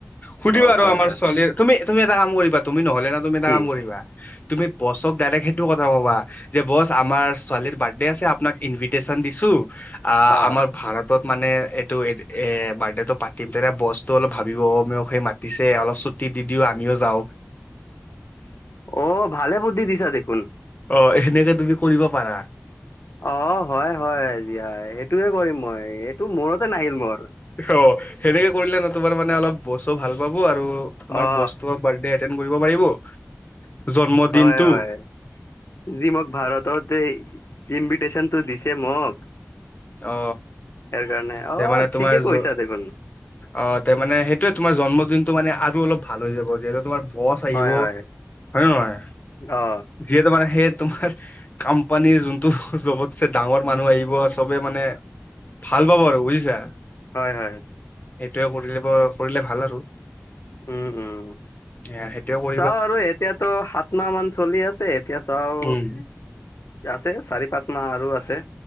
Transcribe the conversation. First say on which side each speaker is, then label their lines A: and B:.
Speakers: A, on the left; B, on the left.
A: সুধিবা
B: অ
A: আৰু
B: হয়
A: আমাৰ
B: হয়
A: ছোৱালীৰ তুমি, তুমি এটা কাম কৰিবা তুমি নহলে না তুমি এটা
B: কি
A: কাম কৰিবা। তুমি বছক ডাইৰেক্ট সেইটো কথা কবা, যে বছ আমাৰ ছোঁ ছোৱালীৰ বাৰ্থডে আছে, আপোনাক ইনচাইটশ্যন দিছো, আহ
B: অ
A: আমাৰ ভাৰত তট মানে এইটো এ, বাৰ্থডেটো পাতিম তেতিয়া বছটো অলপ ভাবিব অহ সেই মা পিছে আৰু ছুটি দি দিও, আমিও যাও।
B: অ ভালে বুদ্ধি দিছা দেখোন।
A: অ এই খিনিতে তুমি কৰিব পাৰা।
B: অ হয় হয় দিয়া সেইটোহে কৰিম মই। এইটো মূৰতে নাহিল মোৰ।
A: ছ সেনেকে কৰিলে নতুবাত অলপ বছো ভাল পাব আৰু তোমাৰ
B: অ
A: বছ তোমাৰ বাৰ্থডেত এণ্ড কৰিব পাৰিব। জন্মদিনটো
B: হয় হয় যি মোক ভাৰততেই ইনভিটেশ্যনটো দিছে মোক।
A: অ
B: তাৰ কাৰণে,
A: তে
B: অ
A: মানে তোমাৰ
B: ঠিকে
A: জ-
B: কৈছা দেখোন।
A: অ তাৰ মানে সেইটোয়ে তোমাৰ জন্মদিনটো মানে আৰু অলপ ভাল হৈ যাব। যিহেতু তোমাৰ বছ আহিব,
B: হয় হয়
A: হয় নে নহয়?
B: অ
A: যিহেতু মানে, সেই তোমাৰ কোম্পানীৰ যোনটো চবতছে ডাঙৰ মানুহ আহিবছ। চবে মানে ভাল পাব আৰু বুজিছা।
B: হয়, হয়।
A: সেইটোৱে কৰিলে ব কৰিলে ভাল আৰু।
B: উম শুম।
A: এয়া সেইটোয়ে ক
B: চাও আৰু এতিয়াতো সাত মাহ মান চলি আছে এতিয়া চাও।
A: উম
B: আছে চাৰি-পাঁচ মাহ আৰু আছে।